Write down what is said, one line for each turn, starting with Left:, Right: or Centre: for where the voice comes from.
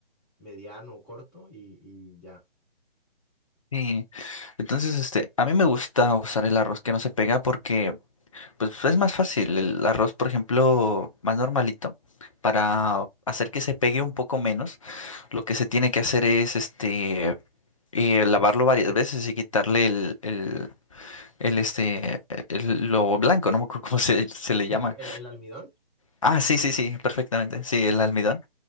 Centre: mediano, corto y, y ya.
Left: sí, entonces, este, a mí me gusta usar el arroz que no se pega porque, pues, es más fácil. El arroz, por ejemplo, más normalito para hacer que se pegue un poco menos Lo que se tiene que hacer es este eh, lavarlo varias veces y quitarle el, el, el, este el- lo blanco, no me acuerdo <laughs> cómo se, se le
Centre: <laughs>
Left: llama.
Centre: ¿El, el almidón?
Left: Ah, sí, sí, sí, perfectamente. Sí, el almidón.